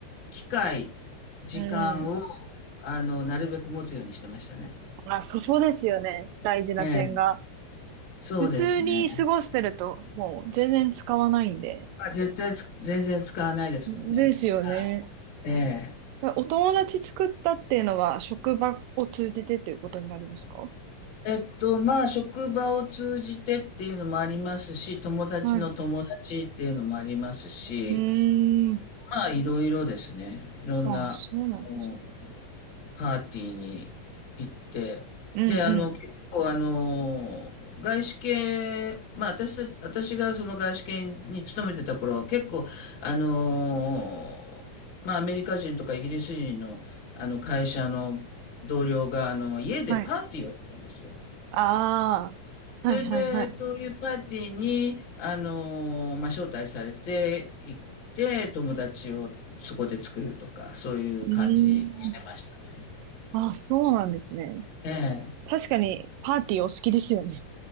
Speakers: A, on the left; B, on the right.
A: 機会、時間を、
B: うんう
A: あの、なるべく持つようにしてましたね。
B: ん。あ、そこですよね。大事な点が。
A: ええ、そうですね。
B: 普通に過ごしてると、もう全然使わないんで。
A: まあ、絶対つ全然使わないですもんね。
B: ですよね。
A: ええ。
B: お友達作ったっていうのは、職場を通じてということになりますか
A: えっと、まあ、職場を通じてっていうのもありますし、友達の友達っていうのもありますし、
B: はい。うーん。
A: まあ、いろいろですね。いろんな、
B: あ、そうなんですね。
A: あの、パーティーに行って、
B: うんうん。
A: で、あの、結構、あの、外資系、まあ、私たち、私がその外資系に勤めてた頃は、結構、あの、まあ、アメリカ人とかイギリス人の、あの、会社の同僚が、あの、家でパーティーをやったんですよ。
B: はい。ああ、
A: それで、
B: はいはいはい。
A: そういうパーティーに、あのーまあ、招待されて行って、友達をそこで作るとか、そういう感じにしてましたね。
B: うーん。あ、そうなんですね。
A: ええ。
B: 確かにパーティーお好きですよね。